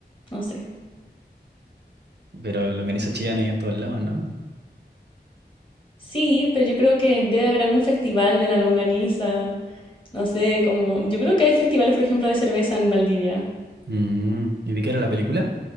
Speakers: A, on the left (about 30°); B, on the right (about 70°).
A: No sé,
B: Pero longaniza Chillán hay en todos lados, ¿no?
A: Sí, pero yo creo que debe haber algún festival de la longaniza. No sé, como. Yo creo que hay festivales, por ejemplo, de cerveza en Valdivia.
B: Mm. ¿Y de qué era la película?